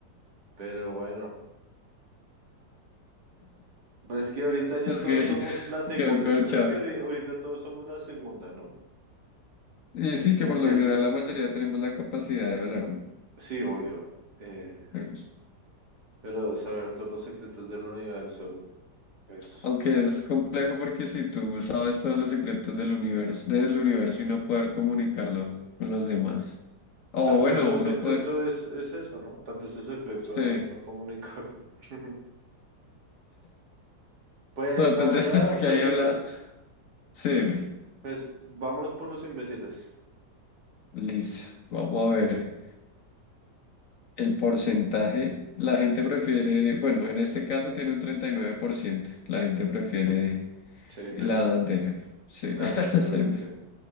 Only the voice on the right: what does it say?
Pero bueno. Pues que ahorita ya
todos
somos la
segunda.
Yo creo que de- ahorita todos somos la segunda, ¿no?
Eh,
en
sí,
eh,
sí, obvio. Eh,
pero saber todos los secretos del universo, pues
tal
vez un secreto
es, es eso, ¿no? Tal vez el secreto
es no comunicarlo. <laughs> Pues
la
verdad,
prefiero,
pues vámonos por los imbéciles.
Ser imbécil.
Claro,
sí, obvio,
sí.